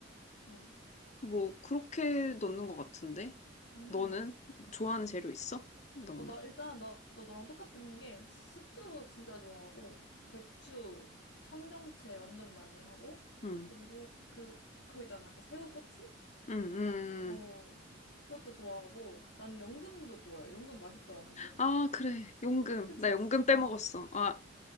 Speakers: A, on the left; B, on the left.
A: 음,
B: 뭐, 그렇게 넣는 것 같은데?
A: 음.
B: 너는 좋아하는 재료 있어? 넣는
A: 어, 나 일단 나도 너랑 똑같은 게 숙주 진짜 좋아하고, 배추, 청경채 완전 많이 하고,
B: 음,
A: 그리고 그, 그거 있잖아. 그 새우꼬치?
B: 음, 음.
A: 어, 그것도 좋아하고, 난 연근도 좋아해. 연근 맛있더라, 연근.
B: 아, 그래. 연금.
A: 그치,
B: 나
A: 그치.
B: 연금 빼먹었어.
A: 음.
B: 아,